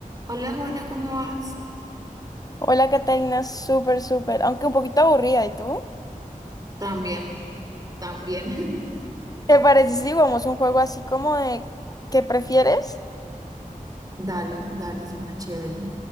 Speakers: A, on the right (about 25°); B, on the left (about 25°).
A: Hola Juana, ¿cómo vas?
B: Hola, Catalina, súper, súper, aunque un poquito aburrida, ¿y tú?
A: También, también. <laughs>
B: ¿Te parece si jugamos un juego así como de ¿qué prefieres?
A: Dale, dale, suena chévere.